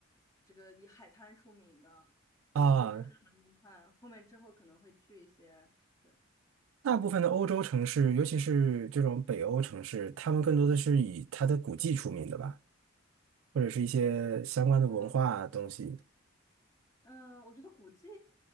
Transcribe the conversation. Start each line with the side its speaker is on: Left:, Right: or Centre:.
Left: 这个以海滩出名的，对，
Right: 啊，
Left: 所以就很遗憾。后面之后可能会去一些，对，
Right: 大部分的欧洲城市，尤其是这种北欧城市，他们更多的是以它的古迹出名的吧，或者是一些相关的文化东西
Left: 啊，嗯，我觉得古迹